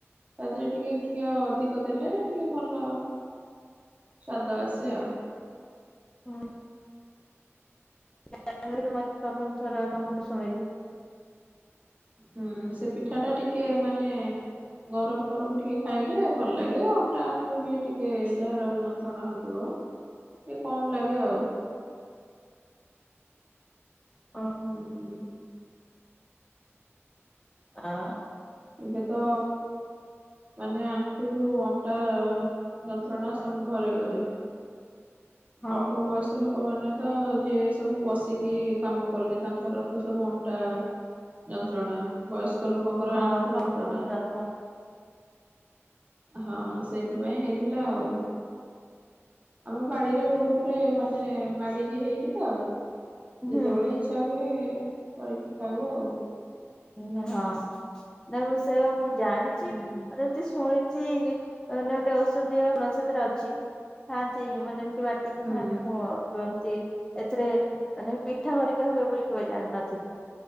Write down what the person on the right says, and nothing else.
ତା ଦେହରେ ଟିକେ ଘିଅ ଅଧିକ ଦେଲେ ଟିକେ ଭଲ ସ୍ୱାଦ ଆସେ ଆଉ।
ହୁଁ ସେ ପିଠାଟା ଟିକେ ମାନେ ଗରମ୍ ଗରମ୍ ଟିକେ ଖାଇଲେ ଭଲ ଲାଗେ ଅଣ୍ଟା ଆଣ୍ଠୁ ବି ଟିକେ ଯାହାର ଯନ୍ତ୍ରଣା ହଉଥିବ ଟିକେ କମ୍ ଲାଗେ ଆଉ।
ହୁଁ।
ଏବେ ତ ମାନେ ଆଣ୍ଠୁ ଅଣ୍ଟା ଯନ୍ତ୍ରଣା ସବ ଘରେ ଘରେ।
ଅଳ୍ପ ବୟସ୍ ସ ଲୋକମାନେ ତ ଯିଏ ସବୁ ବସିକି କାମ କଲେ ତାଙ୍କର ତ ସବୁ ଅଣ୍ଟା ଯନ୍ତ୍ରଣା। ବୟସ୍କ ଲୋକଙ୍କର
ଆଣ୍ଠୁ
ଯନ୍ତ୍ରଣା
ହଁ ସେଇଥିପାଇଁ ହେଇଥିଲା ଆଉ। ଆମ ବାଡିରେ ବହୁତ୍ ଗୁଡେ
ମାନେ ମାଡିକି ହେଇଚି ତ। ଯେତବେଳେ
ଇଚ୍ଛା ହୁଏ କରିକି ଖାଉ ଆଉ।
ହୁଁ
ହୁଁ